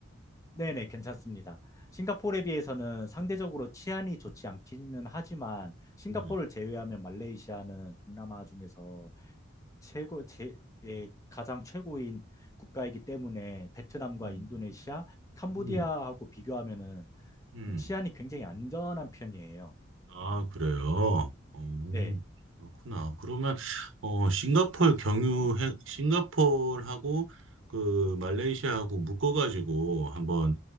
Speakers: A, on the left (about 15°); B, on the right (about 75°).
A: 네네, 괜찮습니다. 싱가포르에 비해서는 상대적으로 치안이 좋지 않기는 하지만 싱가포르를
B: 네.
A: 제외하면 말레이시아는 동남아 중에서 최고 제 예, 가장 최고인 국가이기 때문에 베트남과
B: 음,
A: 인도네시아, 캄보디아하고
B: 음,
A: 비교하면은
B: 음.
A: 치안이 굉장히 안전한 편이에요.
B: 아, 그래요. 어,
A: 네.
B: 그렇구나. 그러면 어, 싱가포르 경유해 싱가포르하고 그 말레이시아하고 묶어가지고 한번